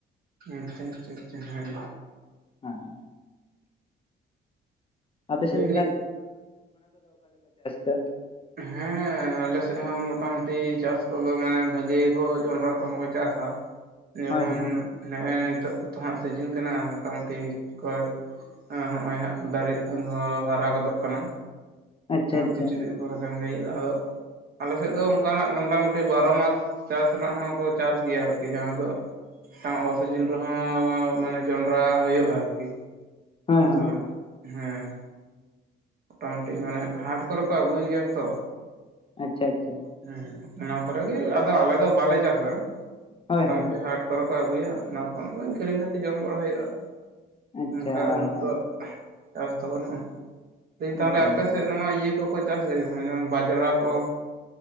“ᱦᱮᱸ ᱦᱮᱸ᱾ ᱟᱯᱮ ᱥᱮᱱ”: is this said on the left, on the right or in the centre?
Left